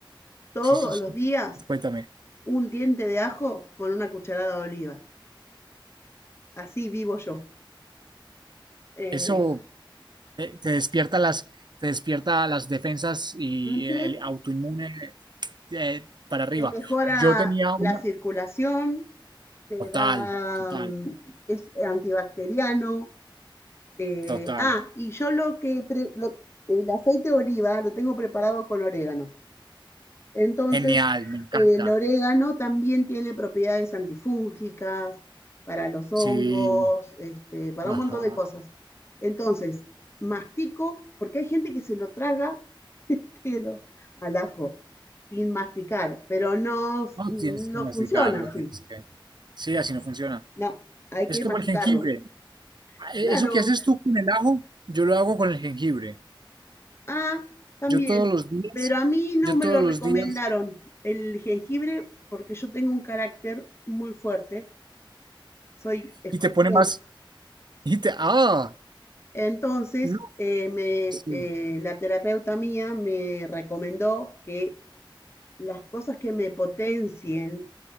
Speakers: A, on the left (about 30°); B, on the right (about 55°).
A: Todos
B: sí, sí, sí,
A: los días
B: cuéntame,
A: un diente de ajo con una cucharada de oliva. Así vivo yo. Eh,
B: eso eh, te despierta las, te despierta las defensas y
A: ujú,
B: el, el autoinmune eh, para arriba.
A: Te mejora
B: Yo tenía
A: la
B: una,
A: circulación, te
B: total,
A: da,
B: total,
A: mm, es eh, antibacteriano, Eh,
B: total,
A: ah, y yo lo que pre- lo- el aceite de oliva lo tengo preparado con orégano. Entonces,
B: genial, me encanta.
A: eh, el orégano también tiene propiedades antifúngicas para los hongos,
B: Sí,
A: este, para
B: ajá.
A: un montón de cosas. Entonces, mastico, porque hay gente que se lo traga <laughs> entero al ajo sin masticar, pero no,
B: No
A: no
B: tienes que masticarlo,
A: funciona así.
B: tienes que... Sí, así no funciona.
A: No, hay
B: Es
A: que
B: como
A: masticarlo.
B: el jengibre. E-
A: Claro,
B: Eso que haces tú con el ajo, yo lo hago con el jengibre.
A: Ah, también,
B: Yo todos los días,
A: pero a mí no
B: yo
A: me
B: todos
A: lo recomendaron
B: los días,
A: el jengibre porque yo tengo un carácter muy fuerte, soy escorpión.
B: y te pone más, y te, ah,
A: Entonces,
B: no,
A: eh, me,
B: sí,
A: eh, la terapeuta mía me recomendó que las cosas que me potencien,